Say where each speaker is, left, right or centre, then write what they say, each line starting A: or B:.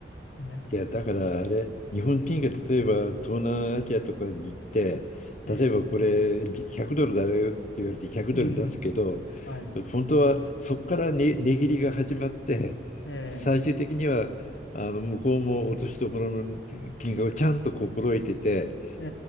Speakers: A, on the left; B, on the left.
A: ね、
B: いや、だからあれ、日本人が例えば東南アジアとかに行って、
A: え
B: 例えばこれ100ドルだよって言われて100ドル出すけど、
A: ーうん、はい、
B: 本当はそこからね、値切りが始まって、
A: え
B: 最終的にはあの向こうも落としどころの金額をちゃんと心得てて、
A: ーえ